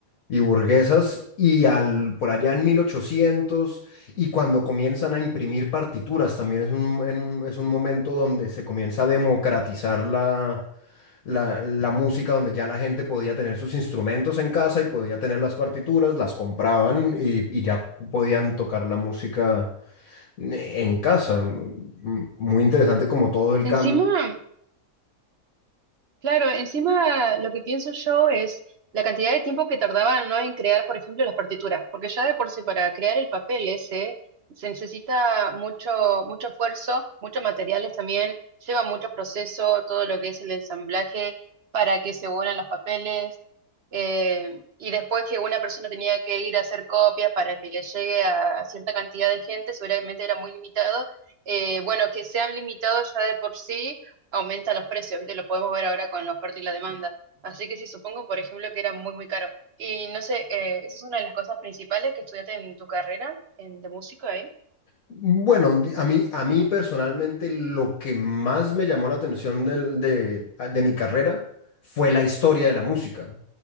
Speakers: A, on the left (about 65°); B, on the right (about 55°).
A: y burguesas, y al, por allá en mil ochocientos y cuando comienzan a imprimir partituras, también es un, en un- es un momento donde se comienza a democratizar la, la, la música, donde ya la gente podía tener sus instrumentos en casa y podía tener las partituras, las compraban y, y ya podían tocar la música en casa, m- muy interesante como todo el
B: Encima,
A: cambio.
B: Claro, encima lo que pienso yo es la cantidad de tiempo que tardaban, ¿no? en crear, por ejemplo, las partituras, porque ya de por sí para crear el papel ese se necesita mucho, mucho esfuerzo, muchos materiales también, lleva mucho proceso, todo lo que es el ensamblaje para que se unan los papeles, eh, y después que una persona tenía que ir a hacer copias para que le llegue a cierta cantidad de gente, seguramente era muy limitado. Eh, bueno, que sea limitado ya de por sí aumenta los precios, ¿viste? Lo podemos ver ahora con la oferta y la demanda. Así que sí, supongo, por ejemplo, que era muy, muy caro. Y no sé, eh, ¿esa es una de las cosas principales que estudiaste en tu carrera en, de músico, eh?
A: Bueno, di- a mí, a mí personalmente lo que más me llamó la atención del- de, a- de mi carrera fue la historia de la música.